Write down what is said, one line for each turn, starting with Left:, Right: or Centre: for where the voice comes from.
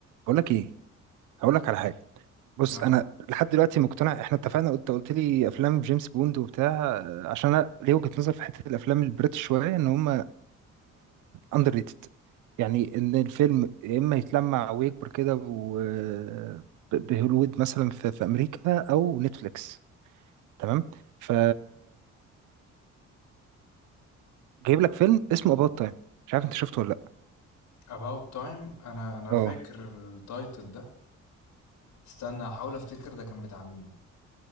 Right: بقول لك ايه هقول لك
Left: قولي.
Right: على حاجه بص
Left: اه
Right: انا لحد دلوقتي مقتنع احنا اتفقنا قلت قلت لي افلام جيمس بوند وبتاع آه، عشان انا ليه وجهه نظر في حته الافلام البريتش شويه ان هم اندر ريتد يعني ان الفيلم يا اما يتلمع ويكبر كده و- آه، ب- بهوليوود مثلا في, في امريكا او نتفليكس تمام ف جايب لك فيلم اسمه اباوت تايم مش عارف انت شفته ولا لا
Left: About Time انا انا
Right: اه
Left: فاكر التايتل ده استنى احاول افتكر ده كان بتاع مين